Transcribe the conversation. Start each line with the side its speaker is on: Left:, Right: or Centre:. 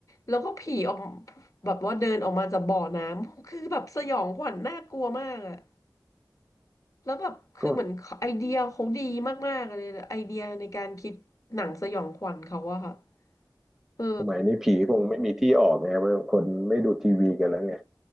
Left: แล้วก็ผีออกแบบว่าเดินออกมาจากบ่อน้ำคือแบบสยองขวัญน่ากลัวมากอะแล้วแบบคือเหมือนไอเดียเขาดีมากๆเลยไอเดียในการคิดหนังสยองขวัญเขาอะค่ะ
Centre: ก็
Left: เออ
Centre: สมัยนี้ผีคงไม่มีที่ออกไงว่าคนไม่ดูทีวีกันแล้วไง